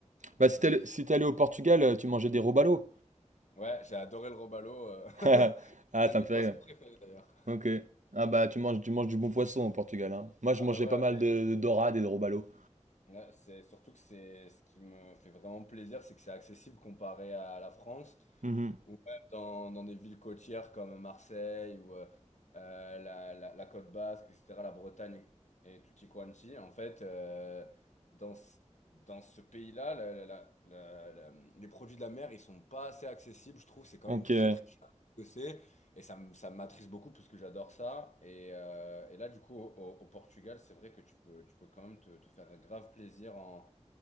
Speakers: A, on the left (about 70°); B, on the right (about 90°).
A: franchement.
B: Bah, si t'es allé
A: c'est-
B: si t'es allé au Portugal, euh, tu mangeais des robalos.
A: Ouais, j'ai adoré le robalo. euh, <laughs>
B: <laughs> Ah,
A: C'est
B: ça
A: un de
B: me fait
A: mes poissons
B: rire.
A: préférés d'ailleurs.
B: Ok. Ah bah tu manges, tu manges du bon poisson au Portugal, hein. Moi je
A: Ah
B: mangeais
A: bah ouais,
B: pas mal de, de dorade et de robalo.
A: ouais, c'est surtout que c'est ce qui me fait vraiment plaisir, c'est que c'est accessible comparé à la France.
B: Mhm.
A: ou même dans, dans des villes côtières comme Marseille ou euh, euh, la, la, la Côte Basque, etc., la Bretagne et tutti quanti, en fait, euh, dans, ce- dans ce pays-là, la- la- la- la- la- les produits de la mer, ils sont pas assez accessibles, je trouve, c'est quand
B: Ok.
A: même très
B: Ouais,
A: très cher ce que c'est, et ça, me- ça m'attriste beaucoup parce que j'adore ça, et, euh, et là, du coup, au, au- au Portugal, c'est vrai que tu peux, tu peux quand même te, te faire grave plaisir en